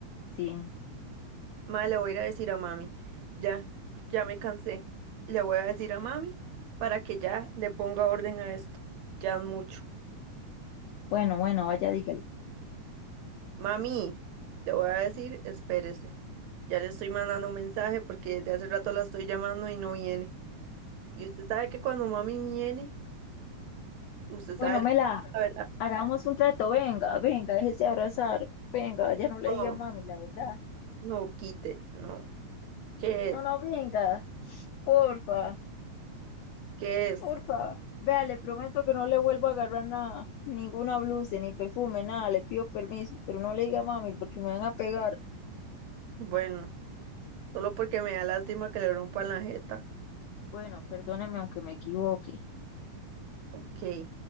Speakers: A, on the left; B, on the right.
A: Sí.
B: Ma, le voy a ir a decir a mami. Ya, ya me cansé. Le voy a decir a mami para que ya le ponga orden a esto. Ya es mucho.
A: Bueno, bueno, vaya, dígale.
B: Mami, le voy a decir, espérese. Ya le estoy mandando un mensaje porque desde hace rato la estoy llamando y no viene. Y usted sabe que cuando mami viene, usted sabe
A: Bueno,
B: lo
A: Mela,
B: que pasa, ¿verdad?
A: Hagamos un trato, venga, venga, déjese abrazar, venga, ya no le
B: No,
A: diga mami, la verdad.
B: no quite, no. ¿Qué
A: No,
B: es?
A: no, venga, porfa,
B: ¿Qué es?
A: porfa. Vea, le prometo que no le vuelvo a agarrar nada, ninguna blusa, ni perfume, nada, le pido permiso, pero no le diga mami porque me van a pegar.
B: Bueno, solo porque me da lástima que le rompan la jeta.
A: Bueno, perdóneme aunque me equivoque.
B: Ok.